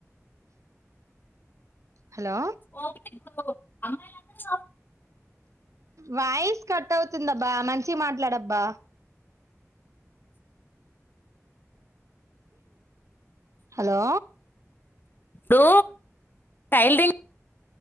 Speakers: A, on the right; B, on the left.
A: హలో
B: ఓకే నువ్వు అమ్మాయిలందర్ ఓ
A: వాయిస్ కట్ అవుతుందబ్బా మంచిగ్ మాట్లాడబ్బా హలో
B: డు టైల్ దిన్